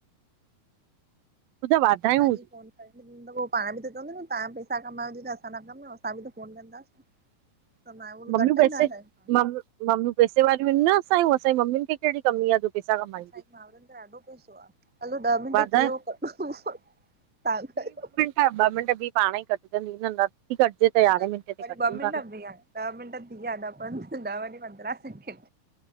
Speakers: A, on the right; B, in the centre.
A: तुंहिंजा वाधायूं
B: असांजी
A: हुजे।
B: फोन। तपो पाण बि त चवंदी न तव्हां पैसा कमायो थ्यूं त असां न कमायूं असां बि त फोन कंदासीं। असां मायूं
A: मम्मीयूं
B: घटंदासीं
A: पैसे
B: असां
A: मम मम्मीयूं पैसे वारियूं ऐन न असांयू, असांऐ मम्मीयुन खे कहिड़ी कमी आ जो पैसा कमाईंदियूं
B: असांजी माउरनि त ॾाढो पैसो आ। हलो ॾह मिंट
A: वाधायूं
B: थी वियव कडो् को तां कयो।
A: हा ॿ मिंट भी पाण ई कटजंदी नथी कटिजे त
B: वरी
A: यारहें मिंटे ते कटयूं
B: ॿ मिंट
A: था न।
B: बीह ॾह मिंट थी वया ॾह पंदर ॾह वञी पंद्रहां सेकेंड।